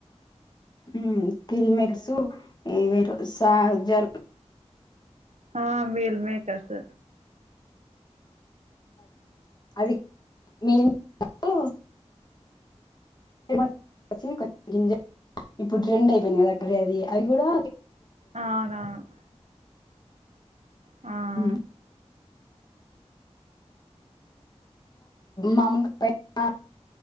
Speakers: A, on the left; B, on the right.
A: ఉం కిల్ మెట్సు ఇవి ఎంటి సా జల్
B: ఆ మీల్ మేకర్స్
A: అది మిల్ <inaudible> కరు <unintelligible> ఇప్పుడు ట్రెండ్ అయిపోయింది కదా అక్కడే అది అది కూడా
B: అవునవును ఆ
A: హం మామూలుగా పైన